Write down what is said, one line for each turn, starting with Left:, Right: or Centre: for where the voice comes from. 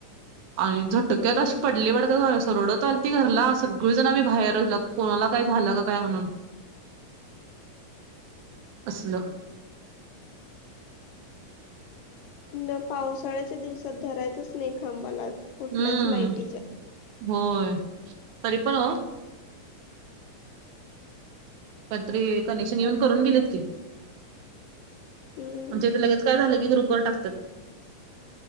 Right: आणि तक्यात
Left: हं
Right: अशी पडली वाटतं घा रडत आलती घरला सगळीजण आम्ही बाहेर ला कोणाला काय झालं का काय म्हणून. असल.
Left: न पावसाळ्याच्या दिवसात धरायचंच नाही खांबाला कुठल्याच
Right: हम्म
Left: लायटीच्या.
Right: होय तरी पण ओ. रात्री कनेक्शन येऊन करून गेलीत की
Left: हम्म
Right: आमच्या इथ लगेच काय झालं की ग्रुपवर टाकत्यात.